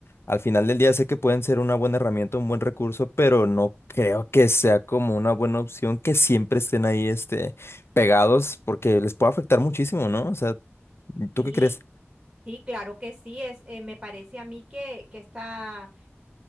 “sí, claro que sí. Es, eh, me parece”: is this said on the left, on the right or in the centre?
Right